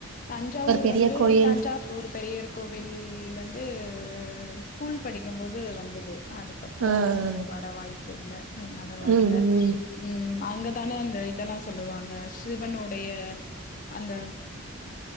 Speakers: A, on the left; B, on the right.
A: தஞ்சாவூர்
B: பெரிய
A: வந்து
B: கோயில்
A: தஞ்சா வூர் பெரியர் கோவில் வந்து ஸ்கூல் படிக்கும்போது வந்தது அதுக்கப்பறோ
B: ஆ ஆ
A: வர வாய்ப்பு இல்ல அதனால வரல
B: ம் ம்
A: ம் அங்கதானே அந்த இதெல்லா சொல்லுவாங்க சிவனுடைய அந்த